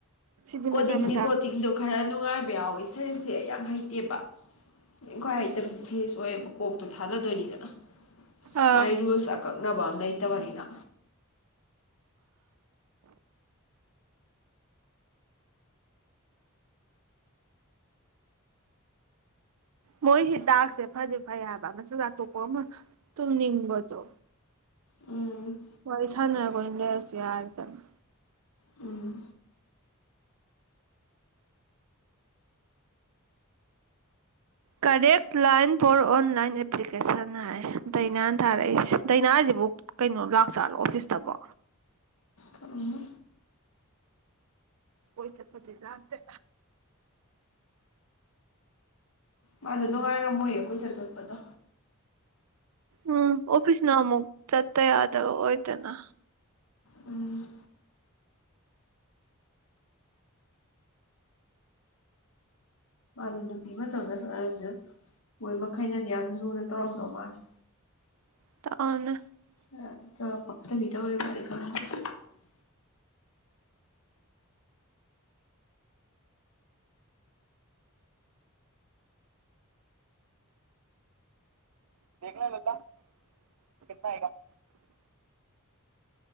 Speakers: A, on the right; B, on the left.
A: ꯁꯤꯗꯤ
B: ꯀꯣꯗꯤꯤꯡꯗꯤ
A: ꯃꯆꯥ ꯃꯆꯥ
B: ꯀꯣꯗꯤꯤꯡꯗꯣ ꯈꯔ ꯅꯨꯡꯉꯥꯏꯕ ꯌꯥꯎꯋꯁꯦ ꯁꯦꯔꯤꯁꯁꯦ ꯌꯥꯝ ꯍꯩꯇꯦꯕ ꯏ ꯈ꯭ꯋꯥꯏ ꯍꯩꯇꯕꯁꯦ ꯁꯔꯤꯁ ꯑꯣꯏꯌꯦꯕ ꯀꯣꯛꯇꯣ ꯊꯥꯗꯗꯣꯏꯔꯤꯗꯅ
A: ꯑꯥ
B: ꯃꯥꯏꯔꯨꯁ ꯑꯀꯛꯅꯕ ꯅꯩꯇ ꯃꯅꯤꯔ
A: ꯃꯣꯏꯁꯤ ꯗꯥꯛꯁꯦ ꯐꯗꯤ ꯐꯩ ꯍꯥꯏꯕ ꯃꯆꯆꯥ ꯑꯥꯛꯇꯣꯛꯄ ꯑꯃ ꯇꯨꯝꯅꯤꯡꯕꯗꯣ
B: ꯎꯝ
A: ꯋꯥꯔꯤ ꯁꯥꯟꯅꯔꯒ ꯑꯣꯏꯅ ꯂꯩꯔꯁꯨ ꯌꯥꯔꯗꯅ
B: ꯎꯝ
A: correct line for online application ꯍꯥꯏ ꯗꯥꯏꯅꯥꯅ ꯊꯥꯔꯛꯏꯁ ꯗꯥꯏꯅꯥꯁꯤꯕꯨ ꯀꯩꯅꯣ ꯂꯥꯛ ꯆꯥꯠꯂꯣ ꯑꯣꯐꯤꯁꯇꯕꯣ
B: ꯈꯪꯉꯦ
A: ꯑꯣꯏꯣꯏ ꯆꯠꯄ ꯆ ꯂꯗ
B: ꯃꯥꯗꯣ ꯅꯨꯡꯉꯥꯏꯔꯝꯃꯣꯏꯌꯦ ꯀꯣꯏꯆꯠ ꯆꯠꯄꯗꯣ
A: ꯎꯝ ꯑꯣꯐꯤꯁꯅ ꯑꯃꯨꯛ ꯆꯠꯠꯇ ꯌꯥꯗꯕ ꯑꯣꯏꯗꯦꯅ
B: ꯎꯝ ꯃꯥꯗ ꯅꯨꯄꯤ ꯃꯇꯝꯗꯁꯨ ꯑꯩꯁꯨ ꯃꯣꯏ ꯃꯈꯩꯅꯗꯤ ꯌꯥꯝ ꯂꯨꯅ ꯇꯧꯔꯝꯗꯧ ꯃꯥꯜꯂꯤ
A: <unintelligible>
B: <unintelligible>
A: <unintelligible>